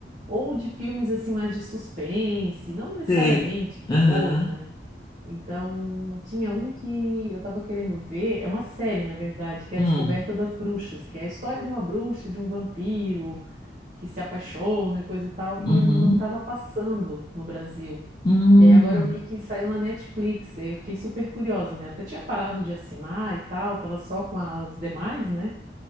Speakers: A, on the right (about 45°); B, on the left (about 25°).
A: Ou de filmes, assim, mais de suspense, não necessariamente
B: Sei.
A: de terror,
B: Aham.
A: né? Então, tinha um que eu tava querendo ver, é uma série, na verdade, que é
B: Hum.
A: a Descoberta das Bruxas, que é a história de uma bruxa, e de um vampiro que se apaixona e coisa e tal,
B: Uhum.
A: e eu não tava passando no Brasil.
B: Hum.
A: E aí agora eu vi que saiu na Netflix, e aí eu fiquei super curiosa, né? Eu até tinha parado de assinar e tal, tava só com as demais, né?